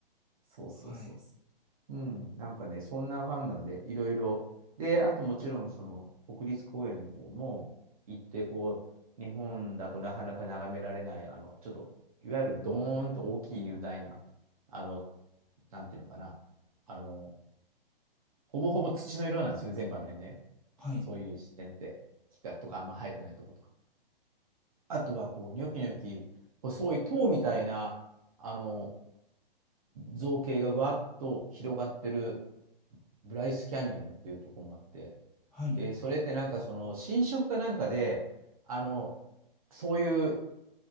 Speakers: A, on the right; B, in the centre.
A: そうそうそうそ
B: はい。
A: う。うん、なんかね、そんな感なんで、いろいろ。で、あともちろん、その、国立公園の方も行って、こう、日本だとなかなか眺められない、あの、ちょっと、いわゆるドーンと大きい雄大な、あの、なんていうのかな、あの、ほぼほぼ土の色なんですよね、全部あの辺ね。
B: はい。
A: そういう自然って、木がとかあんま生えてないとことか。あとは、こう、ニョキニョキ、細い塔みたいな、あの、造形がわっと広がってるブライスキャニオンっていうとこもあって、
B: はい。
A: で、それってなんかその新色かなんかで、あの、そういう